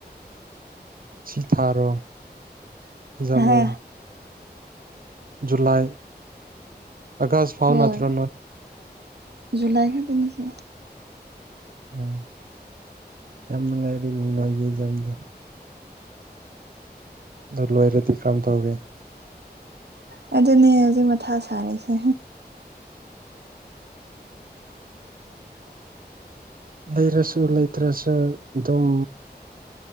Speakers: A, on the right; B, on the right.
A: ꯁꯤ ꯊꯥꯔꯣꯖꯝꯣꯏ
B: ꯍꯥ
A: ꯖꯨꯂꯥꯏ ꯑꯒꯁ ꯐꯥꯎꯅ
B: ꯍꯣꯏ
A: ꯇꯔ
B: ꯖꯨꯂꯥꯏ ꯈꯥ ꯇꯅꯤꯁꯤ
A: ꯎꯝ ꯌꯥꯝꯅꯅꯨꯡꯉꯥꯏꯔꯤ ꯃꯅꯦ ꯌꯥꯝꯗꯦ ꯑꯗꯨ ꯂꯣꯏꯔꯗꯤ ꯀꯔꯝ ꯇꯧꯒꯦ
B: ꯑꯗ ꯅ ꯍꯥꯖꯤ ꯃꯊꯥ ꯁꯔꯦꯁ
A: ꯂꯩꯔꯁꯨ ꯂꯩꯇ꯭ꯔꯁꯨ ꯑꯗꯨꯝ